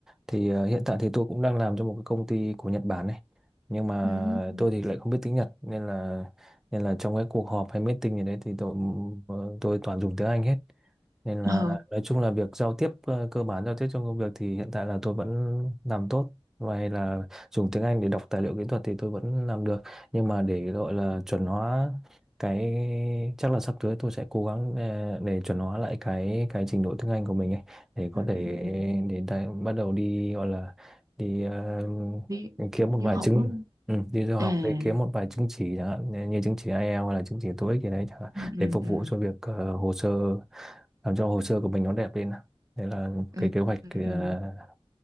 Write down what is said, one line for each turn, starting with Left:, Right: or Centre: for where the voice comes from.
Centre: thì ờ, hiện tại thì tôi cũng đang làm cho một cái công ty của Nhật Bản này nhưng mà
Right: ừ ừ.
Centre: tôi thì lại không biết tiếng Nhật nên là nên là trong cái cuộc họp hay meeting gì đấy thì tôi ờ, tôi toàn dùng tiếng Anh hết nên là
Right: ờ
Centre: nói chung là việc giao tiếp ờ, cơ bản giao tiếp trong công việc thì hiện tại là tôi vẫn làm tốt ngoài là dùng tiếng Anh để đọc tài liệu kỹ thuật thì tôi vẫn làm được nhưng mà để gọi là chuẩn hóa cái chắc là sắp tới tôi sẽ cố gắng ờ, để chuẩn hóa lại cái cái trình độ tiếng Anh của mình ấy để
Right: ừ
Centre: có thể
Right: ừ ừ ừ.
Centre: để đại- bắt đầu đi gọi là đi ờ,
Right: đi
Centre: kiếm một vài
Right: du học
Centre: chứng
Right: đúng không
Centre: ừ, đi du học
Right: à
Centre: để kiếm một vài chứng chỉ chẳng hạn như như chứng chỉ IELTS hay là chứng chỉ TOEIC gì đấy chẳng hạn
Right: ừ ừ
Centre: để phục
Right: ừ
Centre: vụ cho việc ờ, hồ sơ làm cho hồ sơ của mình nó đẹp lên đấy là
Right: ừ
Centre: cái kế hoạch
Right: ừ
Centre: ờ,
Right: ừ.